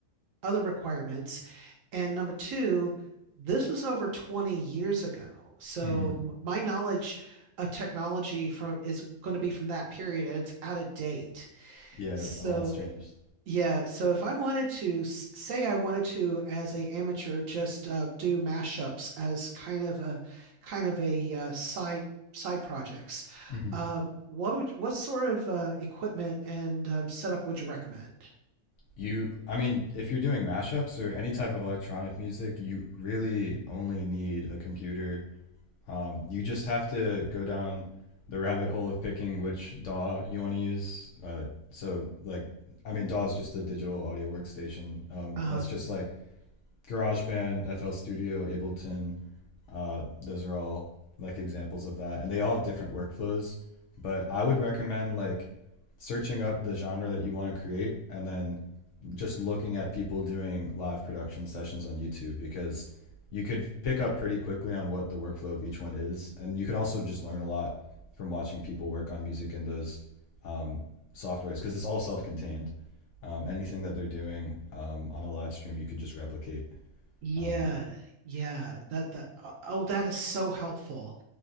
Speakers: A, on the right (about 65°); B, on the left (about 65°).
A: other requirements. And number two, this was over 20 years ago. So
B: Mm-hmm.
A: my knowledge of technology from is going to be from that period and it's out of date.
B: Yeah,
A: So
B: a lot's changed.
A: eh, yeah, so if I wanted to s- say I wanted to as a amateur just uh, do mashups as kind of a kind of a uh, side side projects,
B: Mm-hmm.
A: um, what would what sort of uh, equipment and um, setup would you recommend?
B: You, I mean, if you're doing mashups or any type of electronic music, you really only need a computer Um, you just have to go down the rabbit hole of picking which DAW you want to use. Uh, so, like, I mean, DAW is just a digital audio workstation. Um,
A: Uh-huh.
B: that's just like GarageBand, FL Studio, Ableton. Uh, those are all like examples of that, and they all have different workflows. But I would recommend like searching up the genre that you want to create and then just looking at people doing live production sessions on YouTube because you could pick up pretty quickly on what the workflow of each one is. And you can also just learn a lot from watching people work on music in those um, softwares because it's all self contained. Um, anything that they're doing um, on a live stream, you could just replicate.
A: Yeah.
B: Um,
A: Yeah. That that oh, oh, that is so helpful.